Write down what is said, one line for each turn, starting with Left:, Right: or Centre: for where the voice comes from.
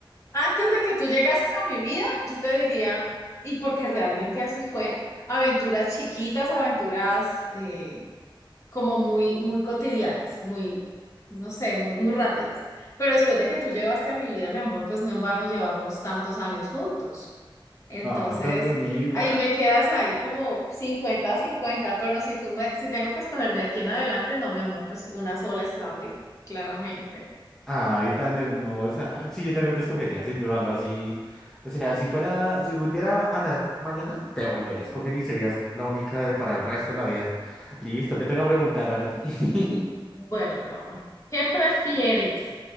Left: antes de que tú llegases a mi vida, yo te diría, y porque realmente así fue, aventuras chiquitas, aventuras eh, como muy, muy cotidianas, muy, no sé, muy, muy rápidas. Pero después de que tú llevaste a mi vida, mi amor, pues no en vano llevamos tantos años juntos. Entonces,
Centre: Oh, tan bonita.
Left: ahí me quedas ahí como cincuenta cincuenta, pero si tú me, si tengo que escoger de aquí en adelante, no, mi amor, pues una sola estable, claramente.
Centre: Ay, tan hermosa. Sí, yo también te escogería, sin dudarlo, así. O sea, si fuera, si volviera a nacer mañana, te volvería a escoger y serías la única de- para el resto de la vida. Listo, te toca preguntar ahora a ti. <laughs>
Left: Bueno, mi amor, ¿qué prefieres?